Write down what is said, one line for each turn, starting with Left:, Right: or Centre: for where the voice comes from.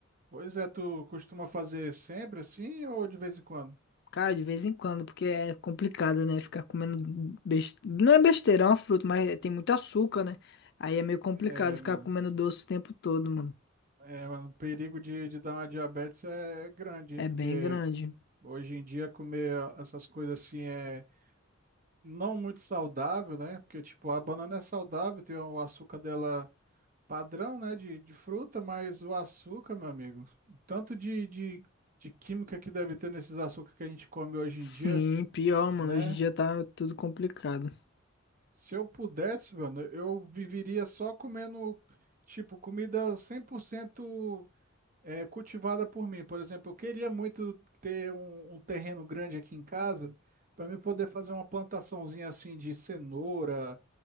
Right: Pois é, tu costuma fazer sempre assim ou de vez em quando?
Left: Cara, de vez em quando, porque é complicado, né? Ficar comendo besteira. Não é besteira, é uma fruta, mas tem muito açúcar, né? Aí é meio complicado
Right: É,
Left: ficar
Right: mano.
Left: comendo doce o tempo todo, mano.
Right: É, mano, o perigo de, de dar uma diabetes é grande,
Left: É
Right: hein? Porque
Left: bem grande.
Right: hoje em dia comer essas coisas assim é não muito saudável, né? Porque, tipo, a banana é saudável, tem o açúcar dela. padrão, né, de, de fruta, mas o açúcar, meu amigo, tanto de, de, de química que deve ter nesses açúcares que a gente come hoje
Left: Sim,
Right: em dia,
Left: pior, mano.
Right: né?
Left: Hoje em dia tá tudo complicado.
Right: Se eu pudesse, mano, eu viveria só comendo, tipo, comida 100% é, cultivada por mim. Por exemplo, eu queria muito ter um, um terreno grande aqui em casa para mim poder fazer uma plantaçãozinha assim de cenoura,